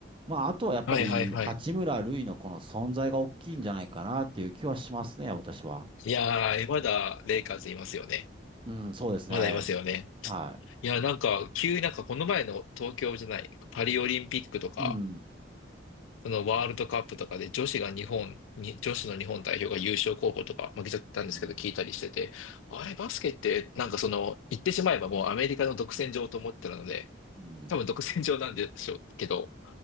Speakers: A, on the right (about 25°); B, on the left (about 80°).
A: まあ、あとはやっぱり、
B: はいはいはい。
A: 八村塁のこの存在が大きいんじゃないかなっていう気はしますね、私は。
B: いやー、まだレイカーズいますよね。
A: うん、そうですね。
B: まだいますよね。
A: は
B: いや、なんか、急になんかこの前の東京じゃない、パリオリンピックとか、
A: い。うん。
B: そのワールドカップとかで女子が日本に、女子の日本代表が優勝候補とか負けちゃったんですけど聞いたりしてて、
A: うん。
B: あれバスケってなんかその、言ってしまえばもうアメリカの独占場と思ってたので、
A: うん
B: 多分独占場なんでしょうけど、